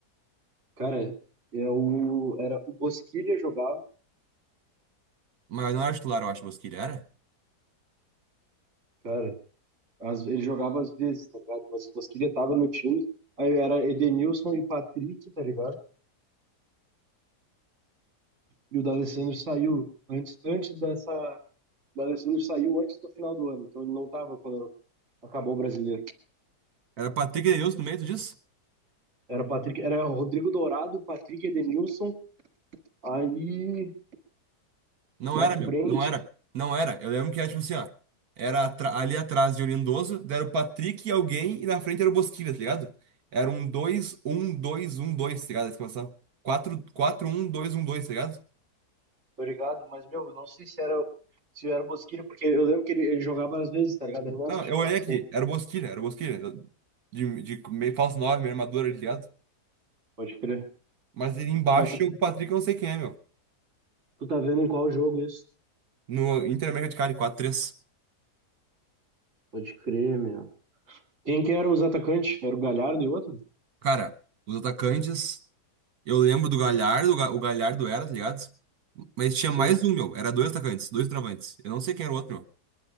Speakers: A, on the right; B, on the right.
A: Cara, é era o Bosquilha jogava,
B: Mas não era titular, eu acho, Bosquilha. Era?
A: cara. Às, ele jogava às vezes, tá ligado? Mas o Bosquilha tava no time. Aí era Edenilson e Patrick, tá ligado? E o D'Alessandro saiu antes, antes dessa. O D'Alessandro saiu antes do final do ano, então ele não tava quando acabou o brasileiro.
B: Era Patrick Edenilson no meio, tu disse?
A: Era Patrick, era Rodrigo Dourado, Patrick Edenilson, aí
B: Não
A: na
B: era,
A: frente,
B: meu. Não era. Não era. Eu lembro que era tipo assim, ó. Era atra- ali atrás de Lindoso, era o Patrick e alguém, e na frente era o Bosquilha, tá ligado? Era um dois um dois um dois, tá ligado? A exclamação. quatro um dois um dois, tá ligado?
A: tá ligado? Mas, meu, eu não sei se era, se era o Bosquilha, porque eu lembro que ele, ele jogava às vezes, tá ligado? Ele não
B: Não,
A: era titular
B: eu olhei
A: sempre,
B: aqui, era o Bosquilha, era o Bosquilha, de, de meio falso 9, meio armadura, tá ligado?
A: pode crer.
B: Mas ele embaixo
A: Mas tu
B: é o Patrick, eu não sei quem é, meu.
A: Tu tá vendo em qual jogo isso?
B: No Inter Americano de quatro três,
A: Pode crer, meu. Quem que era os atacantes? Era o Galhardo e o outro?
B: Cara, os atacantes, eu lembro do Galhardo, o Ga- o Galhardo era, tá ligado? Mas tinha mais
A: Sim.
B: um, meu, era dois atacantes, dois travantes. Eu não sei quem era o outro, meu.